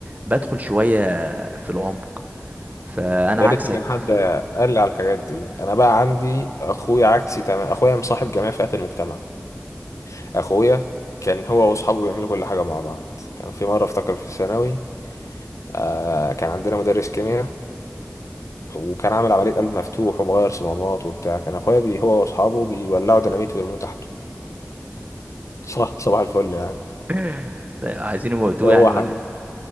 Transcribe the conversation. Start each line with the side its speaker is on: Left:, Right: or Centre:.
Right: بدخل شوية في العمق فانا
Left: يا ريتني
Right: عكسك
Left: كان حد
Right: في...
Left: قال لي على الحاجات دي أنا بقى عندي أخويا عكسي تمام أخويا مصاحب جميع فئات المجتمع أخويا كان هو وأصحابه بيعملوا كل حاجة مع بعض كان في مرة أفتكر في الثانوي آه كان عندنا مدرس كيمياء وكان عامل عملية قلب مفتوح ومغير صمامات وبتاع كان أخويا بي هو وأصحابه بيولعوا ديناميت ويرموه تحته صح صباح الفل يعني
Right: <laughs> عايزين يموتوه
Left: هو
Right: يعني ولا
Left: حاجة